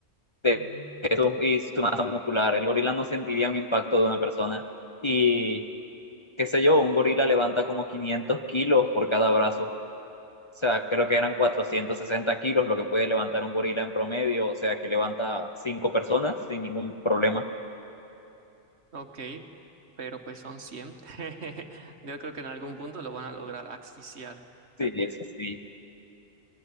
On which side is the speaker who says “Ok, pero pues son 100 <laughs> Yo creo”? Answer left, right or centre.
Right